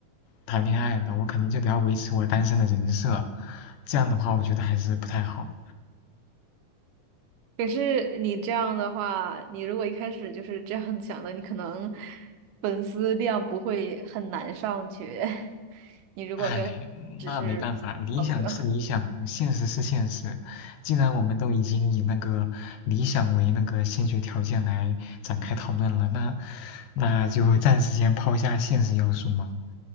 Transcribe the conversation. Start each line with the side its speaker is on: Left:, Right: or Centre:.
Left: 谈恋爱了，我可能就得要维持我单身的人设，这样的话我觉得还是不太好。
Right: 可是你这样的话，你如果一开始就是这样想的，你可能粉丝量不会很难上去。<laughs> 你如果跟他只是朋友，
Left: 唉，那没办法，理想是理想，现实是现实。既然我们都已经以那个理想为那个先决条件来展开讨论了，那那就暂时先抛下现实要素嘛。